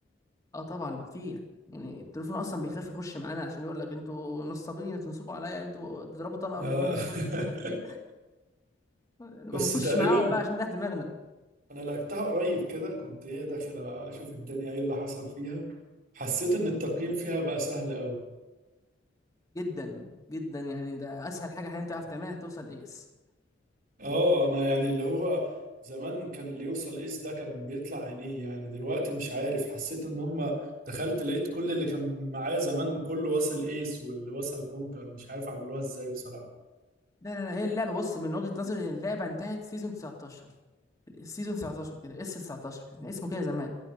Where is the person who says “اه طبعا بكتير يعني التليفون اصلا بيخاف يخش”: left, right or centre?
Left